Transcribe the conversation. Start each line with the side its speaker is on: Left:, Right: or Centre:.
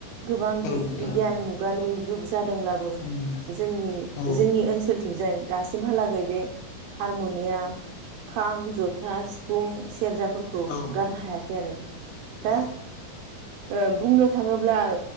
Right: गोबां बि-बिगियान
Left: औ नोंथां
Right: मुगानि जुग जादोंब्लाबो
Left: उम
Right: जोंनि
Left: औ
Right: जोंनि ओनसोलथिंजाय दासिमहालागै बे हारमुनियाम खाम जथ था सिफुं सेरजाफोरखौ
Left: उम औ
Right: गारनो हायाखै आरो दा
Left: औ
Right: ओ बुंनो थाङोब्ला